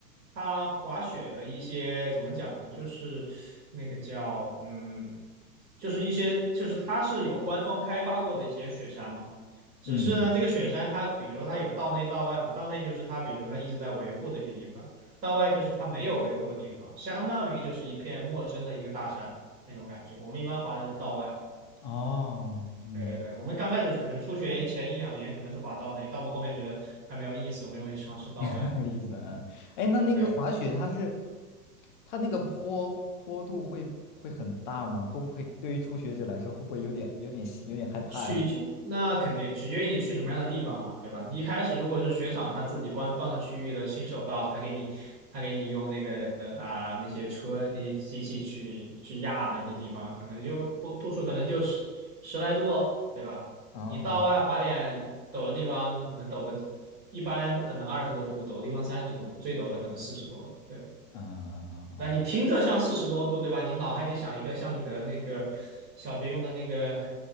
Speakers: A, on the right; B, on the left.
A: 他滑雪的一些怎么讲呢？就是那个叫嗯，就是一些就是它是有官方开发过的一些雪山嘛。只是呢，
B: 嗯，
A: 这个雪山它比如说它有道内道外嘛，道内就是它比如说它一直在维护的一些地方，道外就是它没有维护的地方，相当于就是一片陌生的一个大山那种感觉。我们一般滑的就是道外。
B: 哦，嗯。
A: 对对对，我们刚开始可能初学前一两年可能是滑刀内，
B: 哎。
A: 到我们后面觉得还没有意思，我们又会去尝试刀外。
B: <laughs> 有意思啊。哎，那那个滑雪它是
A: 对，
B: 它那个坡坡度会会很大吗？会不会对于初学者来说，会不会有点有点有点害怕呀？
A: 取决那肯定取决于你去什么样的地方吧，对吧？一开始如果是雪场他自己官方的区域的新手道，他给你他给你用那个呃啊、那些车那些机器去去压的那些地方，可能就不度数可能就十十来度哦，对吧？
B: <laughs> 啊，
A: 你道外滑点陡的地方，可能陡的一般可能二十多度，陡的地方三十度，最陡的可能四十多。对。
B: 嗯嗯嗯嗯。
A: 那你听着像四十多度，
B: 嗯
A: 对吧？你脑海里想一个像你的那个小学用的那个